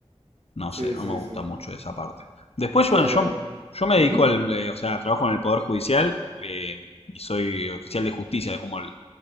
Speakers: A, on the left; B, on the right.
A: No
B: sí,
A: sé, no
B: sí,
A: me gusta
B: sí.
A: mucho esa parte. Después,
B: Sí,
A: bueno,
B: a
A: yo,
B: mí-
A: yo me
B: ujú,
A: dedico al, eh, o sea, trabajo en el Poder Judicial eh, y soy oficial de justicia como el